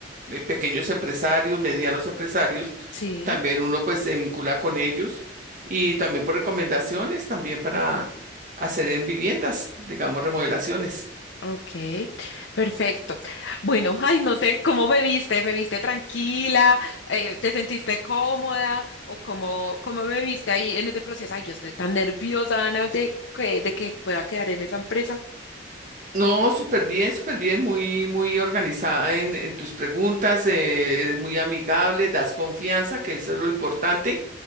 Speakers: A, on the right (about 40°); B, on the left (about 75°).
A: eh, pequeños empresarios, medianos empresarios,
B: sí,
A: también uno pues se vincula con ellos y también por recomendaciones, también para
B: ok,
A: hacer en viviendas, digamos, remodelaciones.
B: ok, perfecto. Bueno, ay, no sé cómo me viste, me viste tranquila, Eh, te sentiste cómoda o cómo, cómo me viste ahí en ese proceso. Ay, yo estoy tan nerviosa, Ana, de que, de que pueda quedar en esa empresa.
A: No, súper bien, súper bien, muy, muy organizada en, en tus preguntas, eh, eres muy amigable, das confianza, que eso es lo importante.